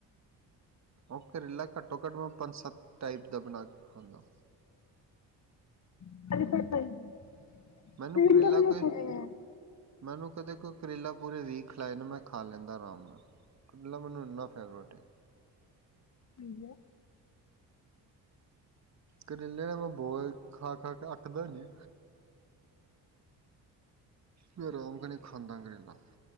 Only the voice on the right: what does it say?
ਉਹ ਕਰੇਲਾ, ਘੱਟੋ-ਘੱਟ ਮੈਂ ਪੰਜ-ਸੱਤ ਟਾਈਪ ਦਾ ਬਣਾ ਕੇ ਖਾਂਦਾ।
ਮੈਨੂੰ ਕਰੇਲਾ ਕੋਈ ਮੈਨੂੰ ਕਦੇ ਕੋਈ ਕਰੇਲਾ ਪੂਰੇ ਵੀਕ ਖਿਲਾਏ ਨਾ, ਮੈਂ ਖਾ ਲੈਂਦਾ ਆਰਾਮ ਨਾਲ। ਕਰੇਲਾ ਮੈਨੂੰ ਏਨਾ ਫੇਵਰੇਟ ਹੈ।
ਕਰੇਲੇ ਤਾਂ ਮੈਂ ਬੋਤ ਖਾ-ਖਾ ਕੇ ਅਕਦਾ ਨੀ। ਮੈਂ ਆਰਾਮ ਨਾਲ ਖਾਂਦਾ ਕਰੇਲਾ,